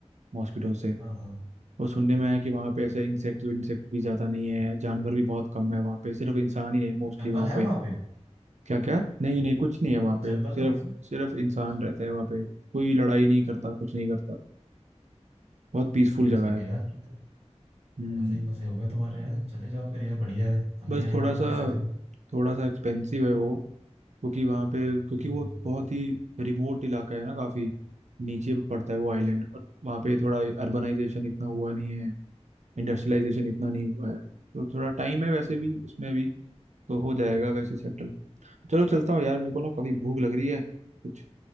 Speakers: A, on the right; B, on the right.
A: मॉस्किटो से
B: हाँ हाँ
A: और सुनने में आया है कि वहाँ पे ऐसे इंसेक्ट इंसेक्ट भी ज़्यादा नहीं है जानवर भी बहुत कम है वहाँ पे सिर्फ इंसान ही है मोस्टली
B: तो जंगल
A: वहाँ
B: है
A: पे
B: वहां पे
A: क्या क्या नहीं नहीं कुछ नहीं है वहाँ पे
B: जंगल
A: सिर्फ
B: तो होंगे
A: सिर्फ इंसान
B: अच्छा
A: रहता है वहाँ पे कोई लड़ाई नहीं करता कुछ नहीं करता बहुत पीसफुल
B: बढ़िया
A: जगह
B: जगह
A: है
B: है यार फिर तो
A: हम्म
B: मजे ही मजे हो गए तुम्हारे यहाँ चले जाओ फिर यार बढ़िया है हम
A: बस
B: भी आएंगे
A: थोड़ा सा
B: फिर किसी दिन
A: थोड़ा सा एक्सपेंसिव है वो क्योंकि वहाँ पे क्योंकि
B: हम्म
A: वो बहुत ही रिमोट इलाका है ना काफी नीचे पे पड़ता है वो
B: अच्छा
A: आइलैंड और वहाँ पे थोड़ा अर्बनाइजेशन इतना हुआ नहीं है इंडस्ट्रियलाइजेशन इतना नहीं हुआ है तो थोड़ा टाइम है वैसे
B: हम्म,
A: भी उसमें भी तो हो जाएगा वैसे सेटल चलो चलता हूँ यार मेरे को ना काफी भूख लग रही है कुछ